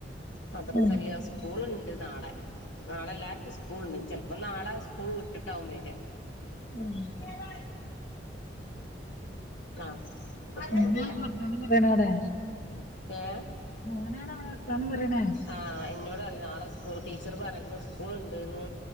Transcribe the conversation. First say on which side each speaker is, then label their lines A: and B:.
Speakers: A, on the left (about 90°); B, on the left (about 45°).
A: മദ്രസല്ല
B: ഉം
A: സ്കൂളുണ്ട് നാളെ നാളെ എല്ലാർക്കും സ്കൂളുണ്ട് ച ന്നാ നാളെ സ്കൂൾ വിട്ടിട്ടാവും വരാ
B: ഉം
A: <inaudible> ആഹ്
B: ഒനാണ് വർത്താനം പറയണവടെ.
A: ഏഹ്
B: മോനാണ് വർത്താനം പറയണേ
A: ആഹ് എന്നോട് പറഞ്ഞ് നാളെ സ്കൂൾ ടീച്ചർ പറഞ്ഞിക്കിണ് സ്കൂൾ ഉണ്ട്ന്ന്